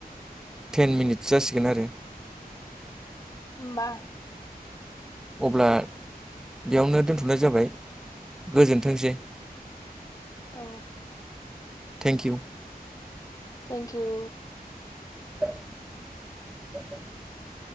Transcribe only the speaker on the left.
ओमबा
औ।
थेंकिउ।